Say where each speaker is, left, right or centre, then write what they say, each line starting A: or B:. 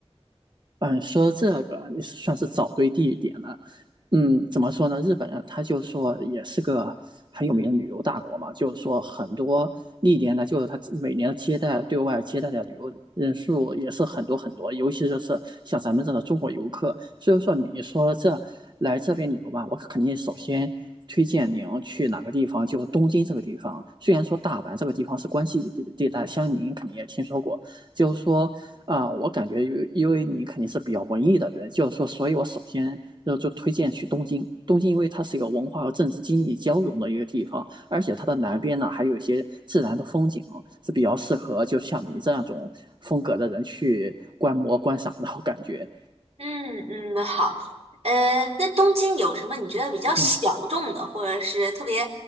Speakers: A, on the right; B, on the right.
A: 嗯，说这个你算是找对地点了。嗯，怎么说呢？日本人他就说也是个很有名的旅游大国嘛，就是说很多历年呢，就是他每年接待对外接待的旅游人数也是很多很多，尤其就是像咱们这种中国游客。所以说，你说这来这边旅游嘛，我肯定首先推荐您去哪个地方，就是东京这个地方。虽然说大阪这个地方是关西地地带，相信您肯定也听说过，就是说啊、呃我感觉因为因为你肯定是比较文艺的人，就是说，所以我首先就就推荐去东京。东京因为它是一个文化和政治经济交融的一个地方，而且它的南边呢还有一些自然的风景，是比较适合就像你这样种风格的人去观摩观赏的。我感觉，
B: 嗯嗯，好。呃，那东京有什么你觉得比较小众的，
A: 嗯
B: 或者是特别